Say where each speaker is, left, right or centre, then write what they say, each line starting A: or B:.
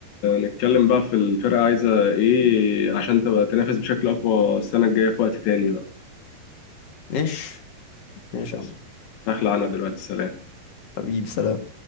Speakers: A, on the left; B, on the left.
A: نتكلم بقى في الفرقة عايزة إيه عشان تبقى تنافس بشكل أقوى السنة الجاية في وقت تاني بقى
B: ماشي ماشي
A: خلاص
B: يا عم
A: هخلع أنا دلوقتي سلام
B: حبيبي سلام